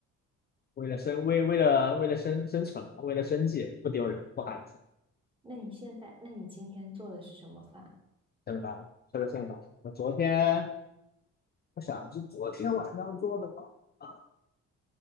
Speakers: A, on the left (about 35°); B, on the right (about 15°).
A: 为了生为为了为了生生存，为了生计，不丢人不寒碜，
B: 那你现在，那你今天做的是什么饭？
A: 晓得吧？吃的正饱。我昨天我想是昨天晚上做的吧？啊，